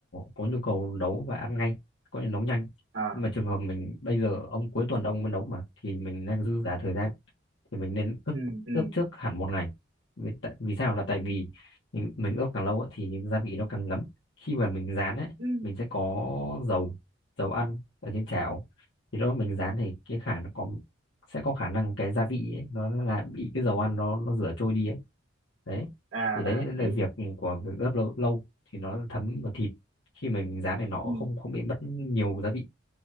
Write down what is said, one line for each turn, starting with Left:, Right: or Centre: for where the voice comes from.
Left: có nhu cầu nấu và ăn ngay có thể nấu nhanh
Right: à
Left: nhưng mà trường hợp mình bây giờ ông cuối tuần ông mới nấu mà thì mình đang dư giả thời gian thì mình nên ướp
Right: ừ ừ
Left: ướp trước hẳn một ngày vì, tại- vì sao là tại vì mình ướp càng lâu ấy, thì gia vị nó càng ngấm khi mà mình rán ấy
Right: ừ
Left: mình sẽ có dầu dầu ăn ở trên chảo thì lúc đó mình rán thì cái khả nó có sẽ có khả năng cái gia vị ấy, nó là bị cái dầu ăn nó nó rửa trôi đi ấy đấy
Right: à
Left: thì đấy
Right: à
Left: là
Right: hiểu
Left: việc của việc ướp lâu lâu thì nó thấm vào thịt khi mình rán này nó
Right: ừ
Left: không không bị mất nhiều gia vị